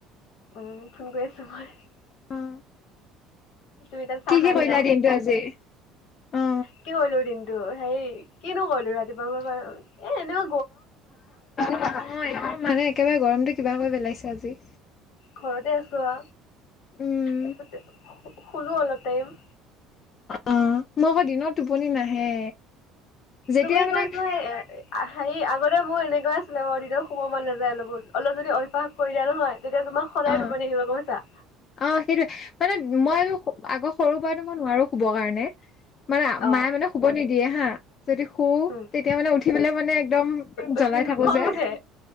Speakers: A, on the left (about 65°); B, on the left (about 30°).
A: উম, ফোন কৰি আছো মই।
B: অ'।
A: তুমি তাত চাহ
B: কি
A: খাই
B: কি
A: আহিলা
B: কৰিলা
A: ও,
B: দিনটো আজি অ
A: কি কৰিলো দিন টো সেই কিনো কৰিলোঁ ৰাতিপুৱাৰ পৰা <unintelligible> এ এনেও
B: <unintelligible> মানে একেবাৰে গৰমটো কিবা কৰি পেলাইছে আজি।
A: ঘৰতে আছো আ,
B: উম
A: তাৰপাছতে শুলো আৰু অলপ টাইম।
B: অ' মই আকৌ দিনত টোপনি নাহে। যেতিয়া
A: তুমি
B: মানে
A: <unintelligible> হেৰি আগতে মোৰ এনেকুৱা আছিলে। মই দিনত শুব মন নাযায়। <unintelligible> অলপ যদি অভ্যাস কৰি দিয়া নহয় তেতিয়া তোমাৰ সদায়
B: অ
A: টোপনি আহিব, গম পাইছা?
B: অ সেইটোৱে। মানে মইও আগৰ সৰুৰ পৰাই তো মই নোৱাৰো শুব কাৰণে। মানে
A: অ',
B: মায়ে মানে শুব নিদিয়ে হা। যদি শু
A: উম।
B: তেতিয়া মানে উঠি পেলাই মানে একদম
A: উঠি
B: জ্বলাই থাকো
A: খং
B: যে,
A: উঠে